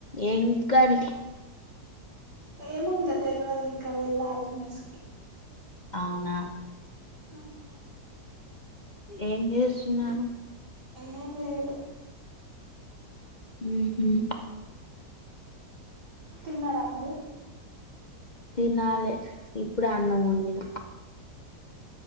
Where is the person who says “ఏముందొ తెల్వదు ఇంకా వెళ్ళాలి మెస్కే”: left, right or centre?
Right